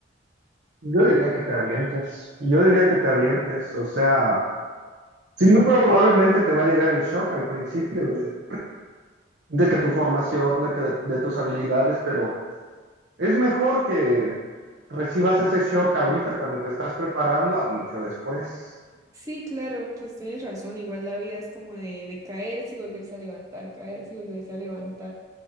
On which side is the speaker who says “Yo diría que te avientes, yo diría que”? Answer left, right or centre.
Right